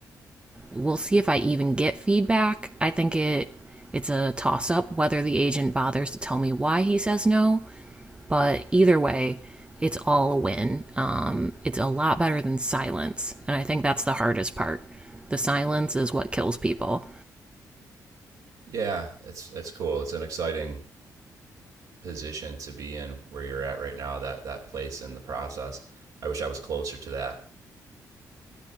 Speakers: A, on the right; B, on the right.
A: we'll see if I even get feedback. I think it it's a toss up whether the agent bothers to tell me why he says no, but either way, it's all a win. Um, it's a lot better than silence, and I think that's the hardest part. The silence is what kills people.
B: yeah it's it's cool it's an exciting position to be in where you're at right now that that place in the process i wish i was closer to that